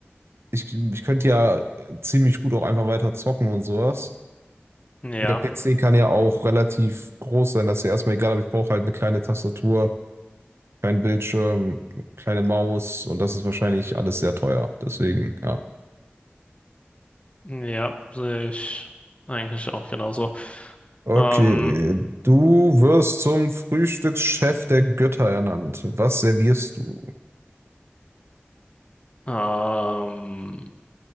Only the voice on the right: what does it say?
ich, ich könnte ja äh, ziemlich gut auch einfach weiter zocken und sowas.
Der PC kann ja auch relativ groß sein, das ist ja erstmal egal, aber ich brauche halt eine kleine Tastatur, kleinen Bildschirm, kleine Maus und das ist wahrscheinlich alles sehr teuer. Deswegen, ja.
Okay,
du wirst zum Frühstückschef der Götter ernannt. Was servierst du?